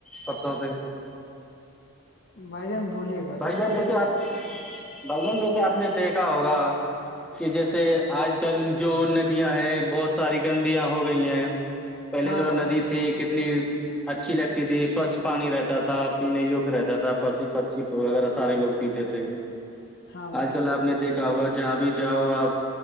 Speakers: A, in the centre; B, on the left (about 50°).
A: شبدوں سے
B: بائی جانن بولیے
A: بھائی جن جیسے آپ بھائی جن جیسے آپ نے دیکھا ہوگا کہ جیسے آج کل جو ندیاں ہے بہت ساری گندیاں ہو گئی ہیں پہلے
B: ہاں
A: جو
B: بھائی
A: ندی
B: جان
A: تھی کتنی اچھی لگتی تھی سوچھ پانی رہتا تھا پینے یگیہ رہتا تھا پ پچھی وغیرہ سارے لوگ پیتے تھے
B: ہاں بھائی
A: آج
B: جان
A: کل آپ نے دیکھا ہوگا جہاں بھی جاؤ آپ